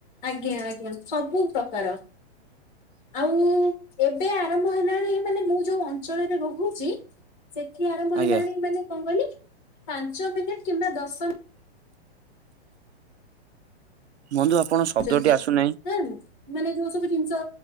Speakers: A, on the left; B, on the right.
A: ଆଜ୍ଞା- ଆଜ୍ଞା। ସବୁ ପ୍ରକାର। ଆଉ ଏବେ ଆରମ୍ଭ ହେଲାଣି ମାନେ ମୁଁ ଯୋଉଁ ଅଞ୍ଚଳରେ ରହୁଚି। ସେଠି ଆରମ୍ଭ
B: ଆଜ୍ଞା
A: ହେଲାଣି ମାନେ କଣ କହିଲି ପାଞ୍ଚ ମିନିଟ୍ କିମ୍ବା ଦଶ
B: ବନ୍ଧୁ ଆପଣ ଶବ୍ଦଟି
A: ଛନ୍ତି
B: ଆସୁନାହିଁ।
A: ହଁ ମାନେ ଯୋଉଁ ସବୁ ଜିନିଷ